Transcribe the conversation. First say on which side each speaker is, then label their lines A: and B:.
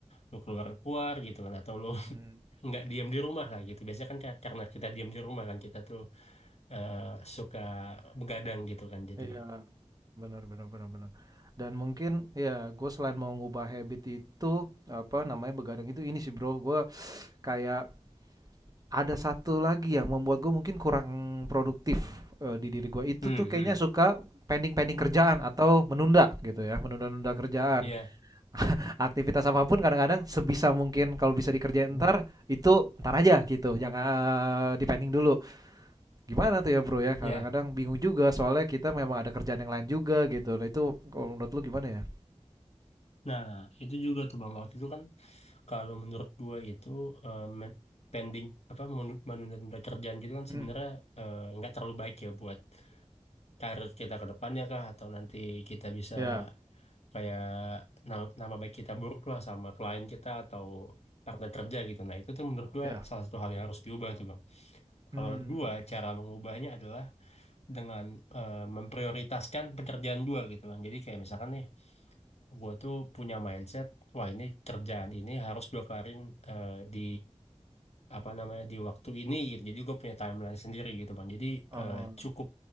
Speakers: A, on the left; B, on the right.
A: lu keluar keluar gitu kan atau lu <laughs>
B: mmm.
A: nggak diam di rumah lah gitu. Biasanya kan ka- karena kita diam di rumah kan kita tuh eh, suka begadang gitu kan jadinya.
B: Iya, benar benar benar benar. Dan mungkin ya gue selain mau ngubah habit itu apa namanya begadang itu ini sih bro, gue kayak ada satu lagi yang membuat gue mungkin kurang produktif eh, di diri gue itu
A: Hmm,
B: tuh kayaknya
A: hmm,
B: suka pending-pending kerjaan atau menunda gitu ya, menunda-nunda kerjaan.
A: iya,
B: Aktivitas apapun kadang-kadang sebisa mungkin kalau bisa dikerjain
A: Hmm.
B: ntar itu ntar aja gitu, jangan eh, dipending dulu. Gimana tuh ya Bro ya, kadang-kadang
A: iya.
B: bingung juga soalnya kita memang ada kerjaan yang lain juga gitu. Nah itu kalau menurut lu gimana ya?
A: Nah, itu juga tuh bang waktu itu kan kalau menurut gua itu eh, men- pending apa menunda-nunda kerjaan gitu kan
B: Mmm,
A: sebenarnya eh, nggak terlalu baik ya buat karir kita ke depannya kah atau nanti kita bisa
B: ya
A: kayak nama, nama baik kita buruk lah sama klien kita atau partner kerja gitu. Nah, itu tuh menurut gua
B: iya,
A: salah satu hal yang harus diubah tuh, Bang.
B: mmm,
A: Kalau gua cara mengubahnya adalah dengan eh, memprioritaskan pekerjaan gua gitu, Bang. Jadi kayak misalkan nih gue tuh punya mindset, wah ini kerjaan ini harus gue kelarin eh, di apa namanya di waktu ini gitu. Jadi gue punya timeline sendiri gitu bang. Jadi
B: oh,
A: eh, cukup